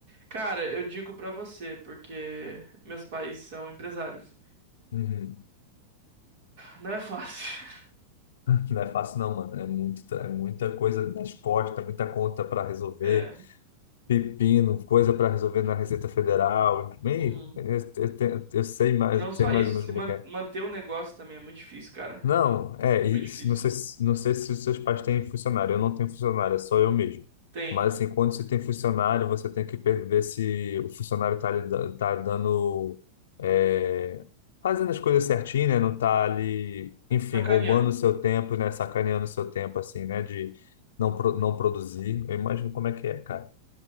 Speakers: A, on the right; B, on the left.
A: Cara, eu digo pra você, porque meus pais são empresários.
B: Uhum.
A: Não é fácil. <laughs>
B: <laughs> Não é fácil não, mano. É muito, é muita coisa nas costas, muita conta para resolver,
A: É.
B: pepino, coisa para resolver na Receita Federal. Meio,
A: Hum.
B: eu, eu, te- eu sei mais,
A: Não só
B: sei mais
A: isso,
B: ou
A: se
B: menos como
A: man-
B: é que é.
A: manter o negócio também é muito difícil, cara.
B: Não, é,
A: É muito
B: e
A: difícil.
B: se- não sei, se- não sei se os seus pais têm funcionário, eu não tenho funcionário, é só eu mesmo.
A: Tem.
B: Mas assim, quando você tem funcionário, você tem que per- ver se o funcionário está tá lhe da- tá dando, é, fazendo as coisas certinho, né? Não tá ali, enfim,
A: Sacaneando.
B: roubando o seu tempo, né? Sacaneando o seu tempo, assim, né? De não, pro- não produzir. Eu imagino como é que é, cara.